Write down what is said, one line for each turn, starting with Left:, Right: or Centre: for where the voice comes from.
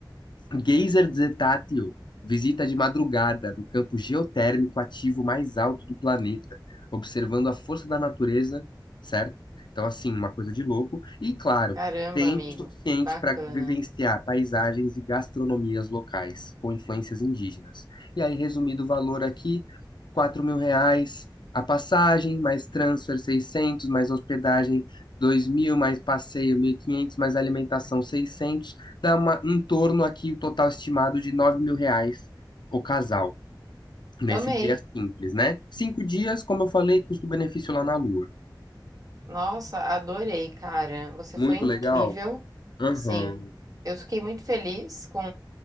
Left: Geyser Zetátil visita de madrugada no campo geotérmico ativo mais alto do planeta, observando a força da natureza, certo? Então, assim, uma coisa de louco. E, claro,
Right: Caramba,
Left: tempo
Right: amigo.
Left: suficiente
Right: Bacana.
Left: para vivenciar paisagens e gastronomias locais, com influências indígenas. E aí, resumido o valor aqui, quatro mil reais a passagem, mais transfer 600 mais hospedagem dois mil, mais passeio 1.500 mais alimentação 600 dá uma, em torno aqui, o total estimado de nove mil reais o casal, nesse
Right: Amei.
Left: guia simples, né? Cinco dias, como eu falei, custo-benefício lá na Lua.
Right: Nossa, adorei, cara. Você
Left: Muito
Right: foi incrível.
Left: legal? Aham.
Right: Sim. Eu fiquei muito feliz com,